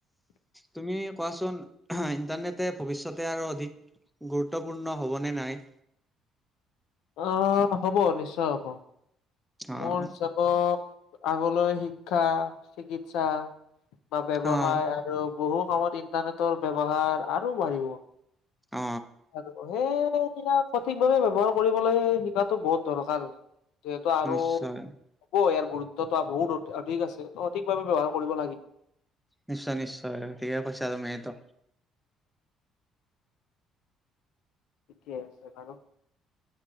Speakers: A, in the centre; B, on the left.
A: তুমি কোৱাচোন আ ইণ্টাৰনেটে ভৱিষ্যতে আৰু অধিক গুৰুত্বপূৰ্ণ হ'বনে নাই?
B: অ হ'ব নিশ্চয় হ'ব
A: অ',
B: মোৰ চব আগলৈ শিক্ষা, চিকিৎসা বা ব্যৱসায়
A: অ',
B: আৰু বহু কামত ইন্টাৰনেটৰ ব্যৱহাৰ আৰু বাঢ়িব।
A: অ
B: সেই ইয়াক সঠিকভাৱে ব্যৱহাৰ কৰিবলৈ শিকাতো বহুত দৰকাৰ। যিহেতু আৰু
A: নিশ্চয়
B: হ'ব ইয়াৰ গুৰুত্বতা বহুত অধিক আছে অধিকভাৱে ব্যৱহাৰ কৰিব লাগে
A: নিশ্চয়-নিশ্চয় ঠিকে কৈছা তুমি এইটো।
B: ঠিকে আছে বাৰু